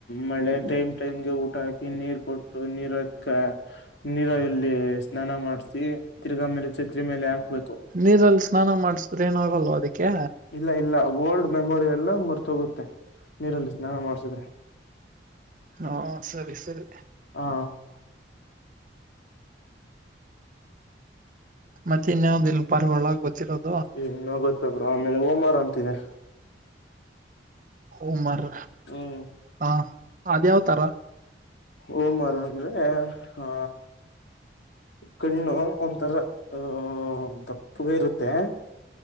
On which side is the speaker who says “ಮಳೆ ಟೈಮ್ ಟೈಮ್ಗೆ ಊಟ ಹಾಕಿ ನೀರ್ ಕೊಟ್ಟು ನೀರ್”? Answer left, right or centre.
Left